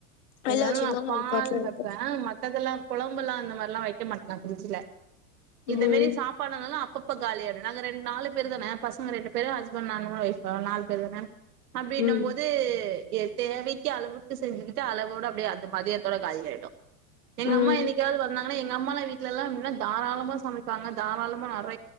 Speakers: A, on the left; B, on the right.
A: வெளில
B: இருந்தாலு
A: வச்சிருந்தாலு
B: நா பால்
A: அது பாட்டுல இருக்கு
B: வப்பே மத்ததெல்லாம் கொழம்பெல்லா அந்த மார்லா வைக்க மாட்டோ நாங்க ப்ரிச்சுல இத
A: ம்
B: மெரி சாப்பாடுங்கல்லா அப்பப் இப்ப காலியாய்டு நாங்க ரெண் நாலு பேர் தானா பசங்க ரெண்டு பேரு ஹஸ்பன்ட் நானு ஒய்ஃபு நால் பேர் தான அப்டினும்
A: ம்
B: போது எஸ் தேவைக்கு அளவுக்கு செஞ்சுகிட்டு அளவோட அப்டியே அந்த மதியத்தோட காலி ஆய்டு எங்கம்மா
A: ம்
B: என்னிக்காவது வந்தாங்கனா எங்க அம்மாலா வீட் ட்லல்லா எப்டினா தாராளமா சமைப்பாங்க தாராளமா நட